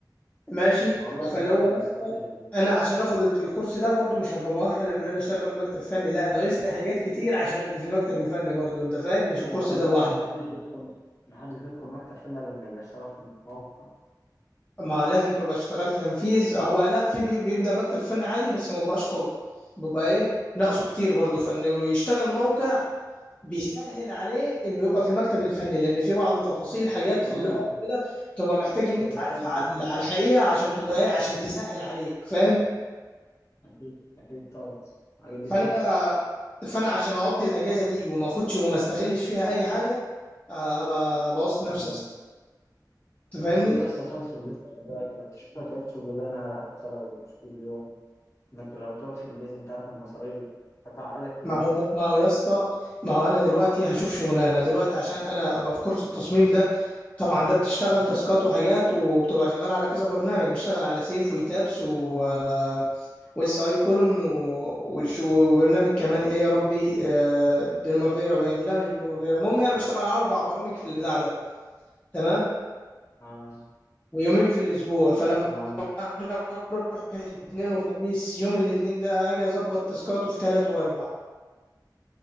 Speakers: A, on the left; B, on the left.
A: ماشي
B: والله عايز
A: فاللي
B: اتعلم
A: هو يا
B: الاكسل
A: اسطى
B: ده
A: انا عشان اخد الكورس ده برضو مش هبقى مؤهل ان انا اشتغل مكتب فني لا ناقصني حاجات كتير عشان ابقى في المكتب الفني برضو انت فاهم مش
B: هو
A: الكورس
B: خلي
A: ده لوحده
B: بالك محدش بيدخل محدش بيدخل مكتب فني إلا لما يبقى اشتغل في الموقع
A: اما لازم تبقى اشتغلت تنفيذ هو لا في بي- بيبدا مكتب فني عادي بس ما بقاش قوي بيبقى ايه ناقصه كتير برضو فانه يشتغل موقع بيسهل عليه انه يبقى في المكتب الفني لان في بعض تفاصيل حاجات
B: اه
A: في اللغه كده بتبقى محتاج ان
B: شركات
A: انت عارفها على
B: دي بتفهم
A: على الحقيقه عشان تبقى ايه عشان تسهل عليك فاهم
B: اكيد اكيد طبعا الحاجات دي
A: فانا
B: بتفرق
A: فانا عشان اقضي الاجازه دي وما اخدش وما استغلش فيها اي حاجه آه، هبقى بوظت نفسي
B: مم.
A: يا اسطى انت
B: بس
A: فاهمني
B: انت اصلا تقعد في البيت خلي بالك انك تشوف لك عيش شغلانه على حتى لو مش كل يوم انك لو تقعد في البيت انت عارف المصاريف هتعقدك في
A: ما
B: دنيتك
A: هو ده ما هو يا اسطى ما هو انا دلوقتي هشوف شغلانه دلوقتي عشان انا ابقى في كورس التصميم ده طبعا ده بتشتغل تاسكات وحاجات وبتبقى شغال على كذا برنامج بتشتغل على سيف ويتابس و
B: مم.
A: آه، واس اي كولومن وبرنامج كمان ايه يا ربي آه، بريمافيرا باين لا مش بريمافيرا المهم يعني بشتغل على اربع برامج في البتاع ده تمام
B: اه
A: ويومين في الاسبوع فلما
B: اه
A: أنا هروح الاثنين وخميس يوم الاثنين ده هاجي اظبط تاسكات في تلات واربع